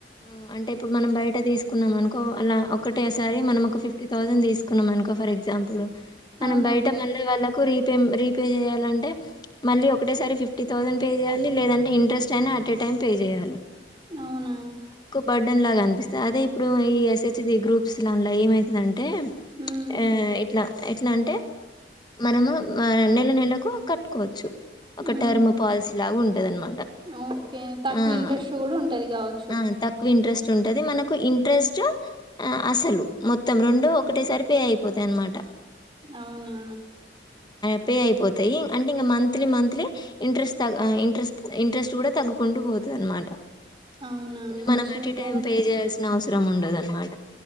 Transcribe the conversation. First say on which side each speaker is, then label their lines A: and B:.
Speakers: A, on the left; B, on the right.
A: ఆ అంటే ఇప్పుడు మనం బయట తీసుకున్నాం అనుకో అలా ఒక్ ఒకటేసారి మనం ఒక ఫిఫ్టీ థౌజండ్ తీసుకున్నాం అనుకో ఫర్ ఎగ్జాంపులు. మనం
B: అవునండి
A: బయట మళ్ళ వాళ్ళకు రీ రీపే చేయాలంటే మళ్ళీ ఒకేటేసారి ఫిఫ్టీ థౌజండ్ పే చేయాలి లేదంటే ఇంట్రెస్ట్ అయినా అట్ ఎ టైమ్ పే చేయాలి
B: అవునా
A: బర్డన్ లాగా కనిపిస్తంది అదే ఇప్పుడు ఈ ఎస్ హెచ్ జి గ్రూప్స్ లాల ఏమవుతుందటే అంటే
B: ఉమ్,
A: ఈ ఇట్లా ఎట్లా అంటే మనము ఆ నెల నెలకు కట్టుకోవచ్చు
B: హూ
A: ఒక టర్మ్ పాలసీ లాగా ఉంటది అనమాట
B: ఓకే తక్కువ
A: ఆ
B: ఇంట్రెస్ట్ కూడా ఉంటది కావచ్చు
A: ఆ తక్కువ ఇంట్రెస్ట్ ఉంటంది మనకు ఇంట్రెస్ట్ అసలు మొత్తం రెండు ఒకటసారి పే అయిపోతాయి అనమాట
B: అవునా
A: పే అయిపోతాయి అంటే ఇంకా monthly monthly interest interest interest కూడా తగ్గుకుంటూ పోతుంది అనమాట
B: అవునా
A: ఇ
B: మంచిగా
A: మనం అటు
B: ఉంది
A: టైం పే చేయాల్సిన అవసరం ఉండదు అనమాట